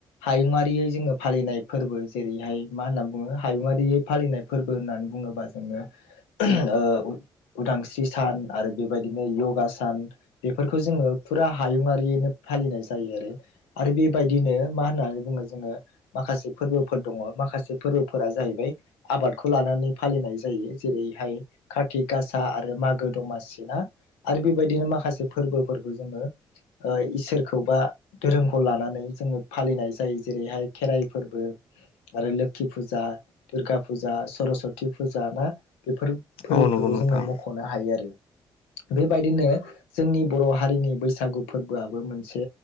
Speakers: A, on the left; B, on the left.
A: हायुङारियै जोङो फालिनाय फोरबो जेरैहाय मा मा होनना बुङो हायुङारियै फालिनाय फोरबो बो होननानै बुङोबा जोङो ओ उ-उदांस्रि सान आरो बेबायदिनो योगा सान बेफोरखौ जोङो फुरा हायुंङारियैनो फालिनाय जायो आरो। आरो बेबायदिनो मा होननानै बुंनो जोङो माखासे फोरबोफोर दङ' माखासे फोरबोफोरा जाहैबाय आबाद खौ लानानै फालिनाय जायो। जेरैहाय कार्तिग गासा आरो मागो दमासि ना आरो बि बायदिनो माखासे फोरबोफोरखौ जोङो ओ इसोरखौ बा धोरोमखौ लानानै जोङो फालिनाय जायो। जेरैहाय खेराइ फोरबो। आरो लोखि फुजा दुर्गा फुज जा सर'स्वति फुजा ना बेफोर फोरबोफोरखौ
B: औ नंगौ नोंथां
A: जोङो मख'नो हायो आरो बेबायदिनो जोंनि बर' हारिनि बैसागु फोरबोआबो मोनसे